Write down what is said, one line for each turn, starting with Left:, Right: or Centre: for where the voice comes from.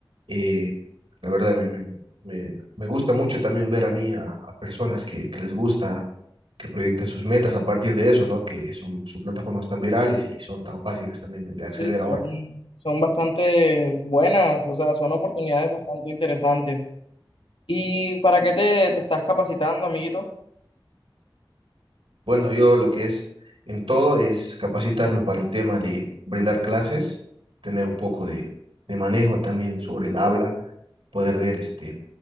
Right: Eh, la verdad, me, me, me- me gusta mucho también ver a mí a, a personas que, que les gusta. que proyecten sus metas a partir de eso, ¿no? Que son, son plataformas tan virales y son tan fáciles también de de
Left: Sí,
Right: acceder
Left: son,
Right: ahora.
Left: son bastante buenas, o sea, son oportunidades bastante interesantes. ¿Y para qué te, te estás capacitando, amiguito?
Right: Bueno, yo lo que es en todo es capacitarme para el tema de brindar clases, tener un poco de, de manejo también sobre el habla, poder ver este